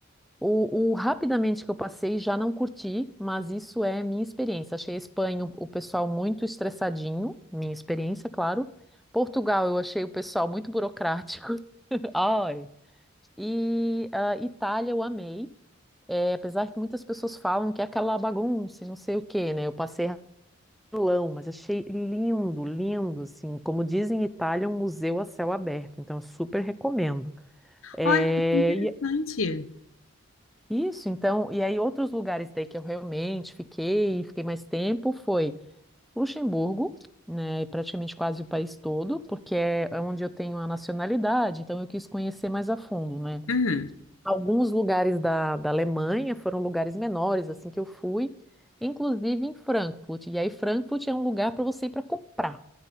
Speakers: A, in the centre; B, on the left (about 80°).
A: O, o rapidamente que eu passei já não curti, mas isso é minha experiência. Achei a Espanha o, o pessoal muito estressadinho, minha experiência, claro. Portugal eu achei o pessoal muito burocrático. <laughs> Ai. E ah, Itália eu amei. É, apesar que muitas pessoas falam que é aquela bagunça, e não sei o quê, né? Eu passei Milão, mas achei lindo, lindo, assim, como dizem em Itália, um museu a céu aberto, então eu super recomendo. É,
B: Olha, que interessante.
A: e é isso, então, e aí outros lugares daí que eu realmente fiquei, fiquei mais tempo, foi Luxemburgo, né, e praticamente quase o país todo, porque é é onde eu tenho a nacionalidade, então eu quis conhecer mais a fundo, né.
B: Uhum,
A: Alguns lugares da, da Alemanha foram lugares menores, assim, que eu fui, inclusive em Frankfurt, e aí Frankfurt é um lugar para você ir para comprar.